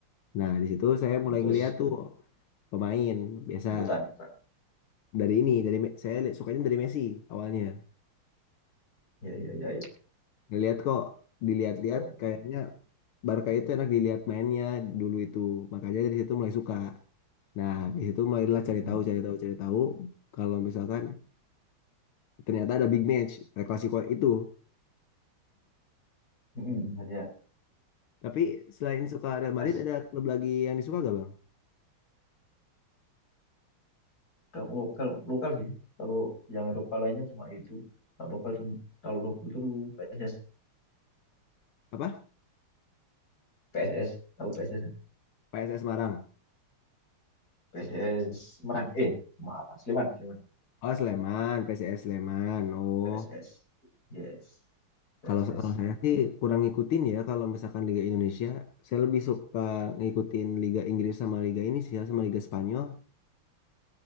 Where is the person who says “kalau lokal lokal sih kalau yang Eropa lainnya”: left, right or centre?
Left